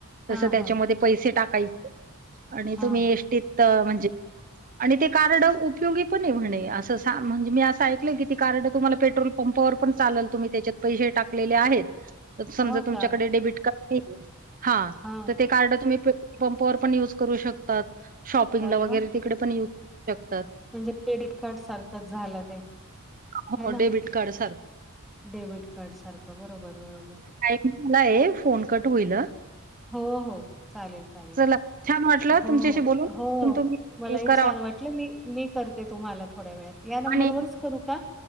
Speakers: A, in the centre; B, on the right.
A: हा
B: तसं त्याच्यामध्ये
A: हा
B: पैसे टाकायचे आणि
A: हा
B: तुम्ही एसटीत म्हणजे आणि ते कारड उपयोगी पण म्हणे असं.... म्हणज मी असं ऐक की कारड तु्हाला पेट्रोल पंपावर पण चाल तु ही.... त्याच्यात पैसे टाकलेले आहेत समजा
A: हो
B: तुमच्याकडे
A: का
B: डेबिट कार्ड हा....
A: हा
B: ते कार्ड तुम्ही पेट्रोल पंपवर पण युज करू शकतात शॉपिंगला
A: अरे वा
B: वगैरे तिकडे पण य...... शकतात....
A: म्हणजे क्रेडिट कार्ड सारखंच झालं ते....
B: हो
A: ह ना
B: डेबिट कार्ड सारखं
A: डेबिट कार्ड सारखं बरोबर बरोबर....
B: मला आहे फोन कट होईल
A: हो हो चालेल चालेल
B: चला छान वाटलं
A: हो
B: तुमच्याशी बोलून
A: हो
B: पण
A: हो
B: तुम्ही
A: मलाही
B: हे करावा
A: छान वाट - ल मी मी करते तुम्हाला थोड्या वेळात. या नंबरवरच
B: आणि
A: करू का?